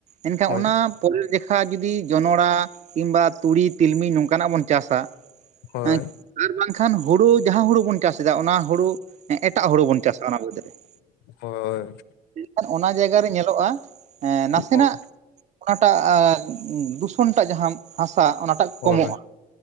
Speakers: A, on the right; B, on the left.
A: ᱮᱱᱠᱷᱟᱱ
B: ᱦᱳᱭ
A: ᱚᱱᱟ ᱯᱚᱨᱮ ᱞᱮᱠᱷᱟ ᱡᱩᱫᱤ ᱡᱚᱱᱚᱲᱟ ᱠᱤᱢᱵᱟ ᱛᱩᱲᱤ ᱛᱤᱞᱢᱤ ᱱᱚᱝᱠᱟᱱᱟᱜ ᱵᱚᱱ ᱪᱟᱥᱟ
B: ᱦᱳᱭ
A: <unintelligible> ᱟᱨ ᱵᱟᱝᱠᱷᱟᱱ ᱦᱩᱲᱩ ᱡᱟᱦᱟᱸ ᱦᱩᱲᱩ ᱵᱚᱱ ᱪᱟᱥ ᱮᱫᱟ ᱚᱱᱟ ᱦᱩᱲᱩ ᱮᱴᱟᱜ ᱦᱩᱲᱩ ᱵᱚᱱ ᱪᱟᱥᱟ ᱚᱱᱟ ᱵᱟᱹᱜᱤ ᱠᱟᱛᱮ
B: ᱦᱳᱭ
A: ᱢᱮᱱᱠᱷᱟᱱ ᱚᱱᱟ ᱡᱟᱭᱜᱟ ᱨᱮ ᱧᱮᱞᱚᱜᱼᱟ ᱱᱟᱥᱮᱱᱟᱜ
B: ᱦᱳᱭ
A: ᱚᱱᱟᱴᱟᱜ ᱫᱩᱥᱚᱱᱴᱟᱜ ᱡᱟᱦᱟᱸ ᱦᱟᱥᱟ ᱚᱱᱟᱴᱟᱜ
B: ᱦᱳᱭ
A: ᱠᱚᱢᱚᱜᱼᱟ